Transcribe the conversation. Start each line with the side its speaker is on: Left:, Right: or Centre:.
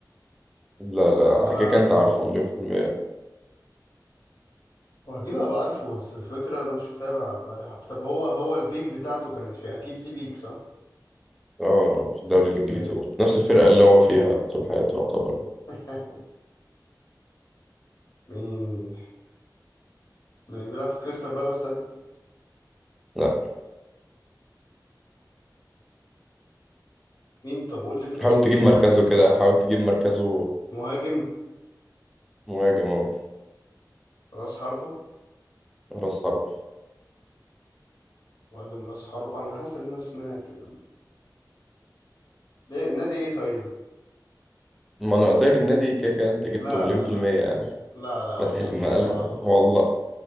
Centre: لا لا
Left: بيلعب
Centre: كده كده
Left: في
Centre: أنت عارفه مليون في المية
Left: هو اكيد هبقى عارفه بس الفكرة انا مش متابع بقالي حب طب هو هو البيك بتاعته كانت في اكيد ليه بيك صح؟
Centre: اه في الدوري الانجليزي
Left: ك-
Centre: برضه نفس الفرقه اللي هو فيها طول حياته يعتبر
Left: <laughs> مين مين بيلعب في كريستال بالاس طيب
Centre: لا
Left: مين طب قول لي الفريق
Centre: حاول تجيب
Left: طيب
Centre: مركزه كده حاول تجيب مركزه
Left: مهاجم
Centre: مهاجم اهو
Left: راس حربة
Centre: راس حرب
Left: مهاجم راس حربة انا حاسس ان انا سمعت ال... ليه نادي ايه طيب
Centre: ما انا قلت لك النادي كده كده انت جبته
Left: لا
Centre: مليون
Left: لا
Centre: في
Left: لا
Centre: المية يعني.
Left: لا لا والله
Centre: ما تحل
Left: مش
Centre: ما
Left: هجيبه
Centre: لا
Left: على طول
Centre: والله